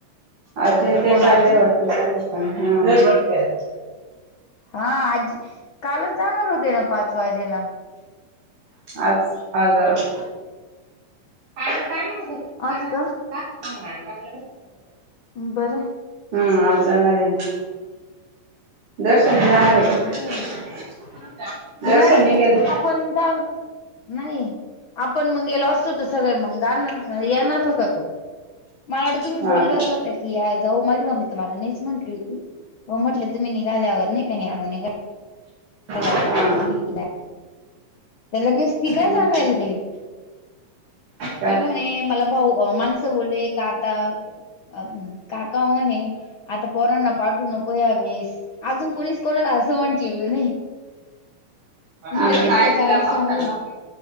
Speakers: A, on the right; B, on the left.
A: अजून ते
B: कोण
A: चाललंय
B: आजी
A: वाट. रबघते.
B: हा आजी कालच जाणार होते ना पाच वाजेला
A: आज आजर. का काय म्हणत त्यां
B: आज का
A: टाक.
B: बरं.
A: हम् आज जाणार आहे ना. दर्शनने जाणार आहे का
B: बरं मग
A: <inaudible> दर
B: नाही
A: शनी गेले
B: आपण जा. नाही आपण मग गेलो असतोत सगळे मग गाणार येणार होता तो. मला वा तुम्ही
A: हा
B: बोलल्यावर
A: का
B: होत्या की जाऊ माझी मम्मी त मला नाहीच म्हंटली होती. ओ म्हटले तुम्ही निघाल्यावर नाही, का ज्ञानू निघाल्यावर
A: हा
B: होईल तिला लगेच ती
A: हम्म.
B: काय सांगायला लागली,
A: काय
B: कि म्हणे मला भाऊ अ माणसं बोले का अं आता काका म्हणे आता पोरांना पाठू नको यावेेळेस अजून कोणीच कोणाला असं म्हंटलेलं नाही. ही
A: आता
B: लगेच
A: काय
B: त्याच्या
A: तिला
B: आधी सांगून
A: पाहात